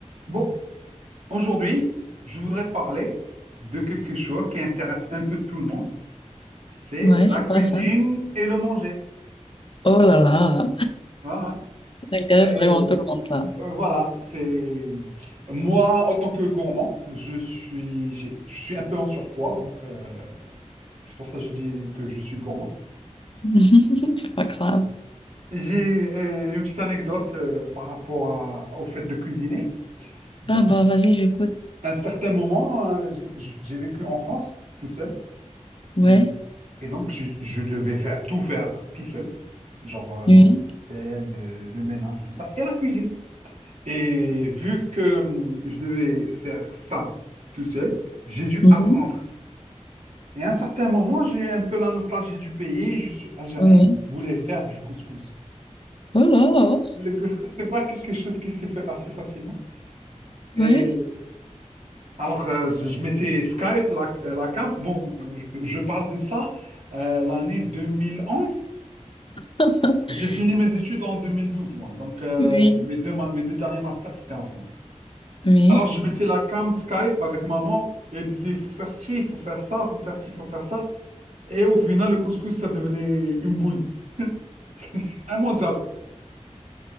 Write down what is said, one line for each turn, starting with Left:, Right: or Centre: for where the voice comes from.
Right: Bon, aujourd'hui, je voudrais parler de quelque chose qui intéresse un peu tout le monde, c'est
Left: Ouais,
Right: la
Left: c'est
Right: cuisine
Left: quoi ça?
Right: et le manger.
Left: Oh là là,
Right: Voilà,
Left: <laughs> ça intéresse
Right: c'est
Left: vraiment tout le monde, ça.
Right: euh, voilà, c'est moi en tant que gourmand, je suis j'ai- je suis un peu en surpoids, donc euh, c'est pour ça que je dis que je suis gourmand.
Left: <laughs> C'est pas grave.
Right: J'ai euh, une petite anecdote euh, par rapport à- au fait de cuisiner. Ben,
Left: Ah bah, vas-y, j'écoute.
Right: à un certain moment, euh, j'ai j'ai vécu en France tout seul.
Left: Ouais,
Right: et. Et donc, je, je devais faire tout faire tout seul, genre euh, la
Left: oui,
Right: scène, euh, le ménage, tout ça, et la cuisine. Et vu que hum, je devais faire ça tout seul, j'ai dû
Left: mhm,
Right: apprendre. Et à un certain moment, j'ai eu un peu la nostalgie du pays. Je suis algérien,
Left: oui.
Right: je voulais faire du couscous.
Left: Oh là,
Right: Le couscous, c'est pas quelque chose qui se fait assez facilement. Et
Left: ouais,
Right: alors, euh, je, je mettais Skype, la, euh, la cam. Bon, euh, euh, je, je parle de ça euh, l'année 2011.
Left: <laughs>
Right: J'ai fini mes études en 2012, moi. Donc, euh,
Left: oui,
Right: mes deux, ma- mes deux derniers masters, c'était en France.
Left: oui.
Right: Alors, je mettais la cam Skype avec maman et elle disait, faut faire ci, faut faire ça, faut faire ci, faut faire ça. Et au final, le couscous, ça devenait une boule. <laughs> C'est immangeable.